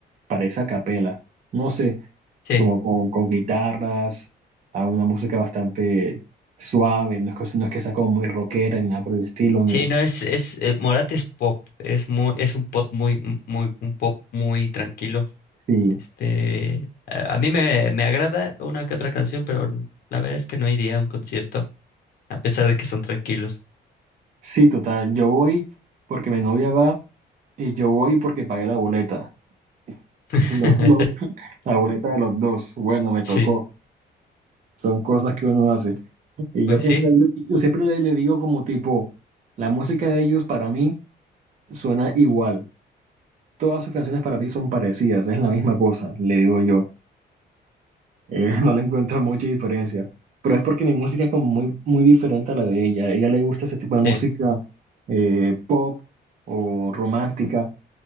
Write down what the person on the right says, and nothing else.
parece a capela. No sé,
como con, con guitarras, a una música bastante suave. No es, cosa- no es que sea como muy rockera ni nada por el estilo. Ni,
sí,
sí, total. Yo voy porque mi novia va y yo voy porque pagué la boleta.
<laughs> Lo- lo- la boleta de los dos. Bueno, me tocó.
Son cosas que uno hace. Y
yo siempre,
le digo- yo siempre le le digo como tipo, la música de ellos para mí suena igual. Todas sus canciones para mí son parecidas, es la misma cosa, le digo yo. Eh, <laughs> no le encuentro mucha diferencia, pero es porque mi música es como muy, muy diferente a la de ella. A ella le gusta ese tipo de música
eh, pop o romántica,